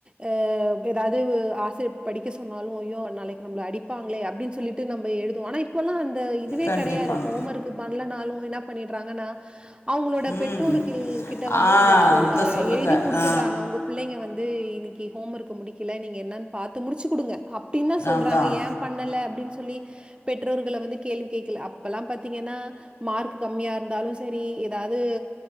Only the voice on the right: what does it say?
அ இது எதாவது ஆசிரியர் படிக்க சொன்னாலு ஐயோ நாளைக் நம்மள அடிப்பாங்களே அப்படின் சொல்லி ட்டு நம்ப எழுதுவோ ஆனா இப்பல்லா அந்த இதுவே
கடையாது ஹோம் ஒர்க்கு பண்லனாலு என்ன பண்ணிற்றாங்கன்னா அவங்களோட
பெற்றோருகள் கிட்ட வந்து
அத சொல்
அ
எழுதி குடுத்துற்றாங்க
உங்க பிள்ளைங்க வந்து இன்னைக்கி ஹோம் ஒர்க்கு முடிக்கல நீங்க என்னன் பாத்து முடிச்சி குடுங்க அப்டின் தா சொல்றாங்க
ஏம் பண்ணல அப்படின் சொல்லி பெற்றோர்கள வந்து கேள்வி கேக்கல அப்பல்லாம் பாத்தீங்கன்னா மார்க்கு கம்மியா இருந்தாலு சரி எதாவது